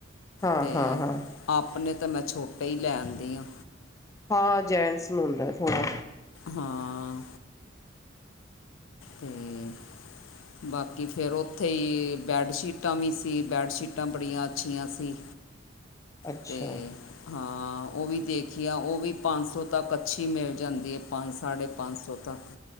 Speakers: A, on the left; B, on the left.
A: ਹਾਂ-ਹਾਂ-ਹਾਂ,
B: ਤੇ
A: ਹਾਂ ਹਾਂ
B: ਆਪਣੇ ਤਾਂ ਮੈ ਛੋਟੇ ਹੀ ਲੈਦੀ ਹਾਂ।
A: ਹਾਂ ਜੈਂਟਸ ਨੂੰ ਹੁੰਦਾ ਥੋੜਾ
B: ਹਾਂ ਹੂੰ ਬਾਕੀ ਫਿਰ ਉਥੇ ਹੀ ਬੈਡਸ਼ੀਟਾਂ ਵੀ ਸੀ ਬੈਡਸ਼ੀਟਾਂ ਬੜੀਆਂ ਅੱਛੀਆਂ ਸੀ
A: ਅੱਛਾ,
B: ਅਤੇ ਹਾਂ ਉਹ ਵੀ ਦੇਖੀ ਆ ਉਹ ਵੀ ਪੰਜ ਸੋ ਤੱਕ ਅਛੀ ਮਿਲ ਜਾਦੀ ਹੈ। ਪੰਜ ਸਾਢੇ ਪੰਜ ਸੋ ਤੱਕ